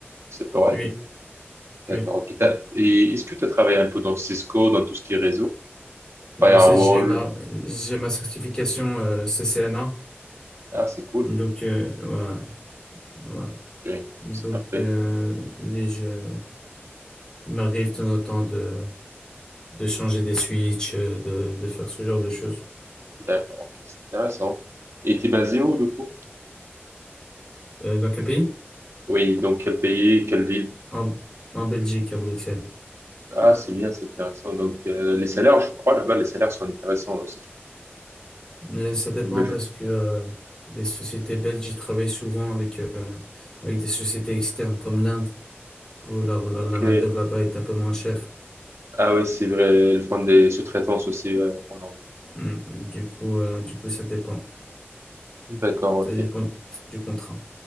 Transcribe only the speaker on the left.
Oui,
oui.
Il
est J'ai ma j'ai ma certification euh, CCNA.
Donc, euh, voilà, voilà.
Donc,
euh, oui, je, il m'arrive de temps en temps de, de changer des switches, euh, de, de faire ce genre de choses.
Euh, dans quel pays?
En, en Belgique, à Bruxelles.
Mais ça dépend
parce que euh, les sociétés belges, ils travaillent souvent avec, euh, avec des sociétés externes comme l'Inde, où leur, leur-
la main-d'œuvre là-bas est un peu moins chère.
Mm. Du coup, euh, du coup, ça dépend.
Ça
dépend du contrat.